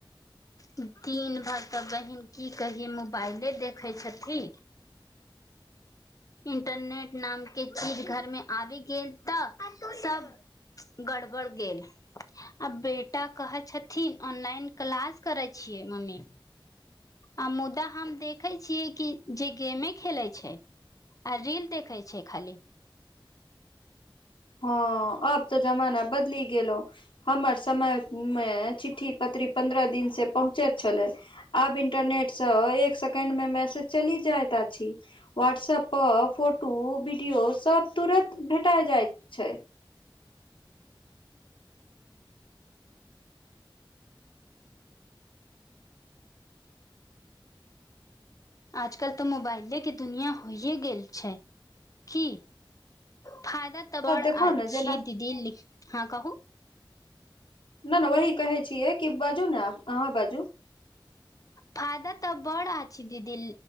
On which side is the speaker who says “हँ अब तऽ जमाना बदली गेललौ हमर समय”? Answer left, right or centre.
Left